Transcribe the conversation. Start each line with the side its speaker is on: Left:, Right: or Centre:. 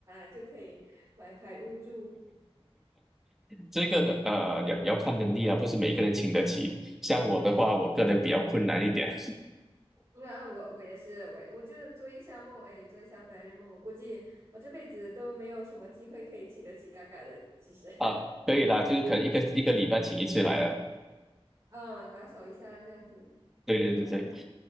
Right: <laughs> 就可以买排屋住。
Centre: 这个的呃要要看能力啊，不是每个人请得起。像我的话，我个人比较困难一点
Right: 那我我也是，我我就做一下梦，哎，做一下白日梦。我估计我这辈子都没有什么机会可以请得起嘎嘎的。其实，
Centre: <laughs> 啊，可以啦，就是可能一个一个礼拜请一次来啊。
Right: <laughs> 啊，打扫一下这样子。
Centre: 对对对对，
Right: 哎，